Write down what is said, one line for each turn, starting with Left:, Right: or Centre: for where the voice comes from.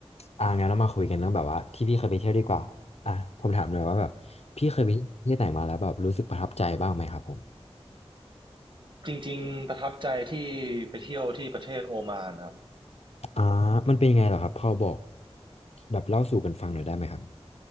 Left: อ่างั้นเรามาคุยกันเรื่องแบบว่าที่พี่เคยไปเที่ยวดีกว่าอ่ะผมถามหน่อยว่าแบบพี่เคยไปเที่ยวประเทศไหนมาแล้วแบบรู้สึกประทับใจบ้างไหมครับผม
Right: จริงๆประทับใจที่ไปเที่ยวที่ประเทศโอมานครับ
Left: อ่ามันเป็นยังไงเหรอครับพอบอกแบบเล่าสู่กันฟังหน่อยได้ไหมครับ